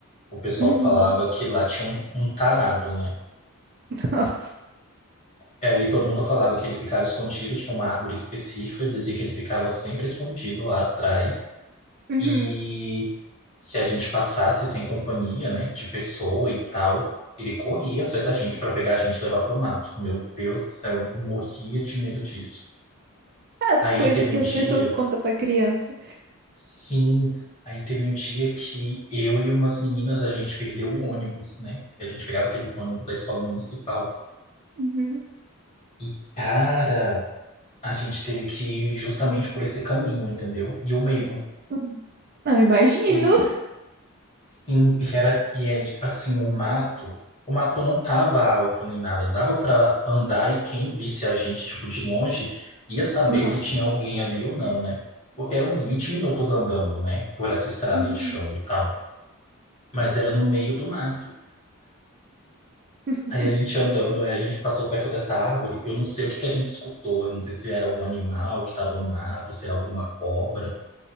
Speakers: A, on the left; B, on the right.
A: O pessoal
B: Uhum.
A: falava que lá tinha um, um tarado, né?
B: Nossa.
A: E aí todo mundo falava que ele ficava escondido, tinha uma árvore específica, dizia que ele ficava sempre escondido lá atrás.
B: Uhum.
A: E se a gente passasse sem companhia, né, de pessoa e tal, ele corria atrás da gente para pegar a gente e levar pro mato. Meu Deus do céu, eu morria de medo disso.
B: As
A: Aí
B: coisas
A: teve
B: que
A: um
B: as
A: dia.
B: pessoas contam pra criança.
A: Sim, aí teve um dia que eu e umas meninas a gente perdeu o ônibus, né? A gente pegava aquele ônibus da escola municipal.
B: Uhum.
A: E, cara, a gente teve que ir justamente por esse caminho, entendeu? E o medo.
B: Uhum. Não, imagino.
A: E sim, e era e é, assim, o mato, o mato não tava alto nem nada, dava pra andar e quem visse a gente tipo de longe ia saber
B: Aham.
A: se tinha alguém ali ou não, né? Porque eram uns 20 minutos andando, né, por essa estrada
B: Uhum.
A: de chão e tal. Mas era no meio do mato.
B: <laughs>
A: Aí a gente andando, aí a gente passou perto dessa árvore. Eu não sei o que que a gente escutou. Eu não sei se era algum animal que estava no mato, se era alguma cobra.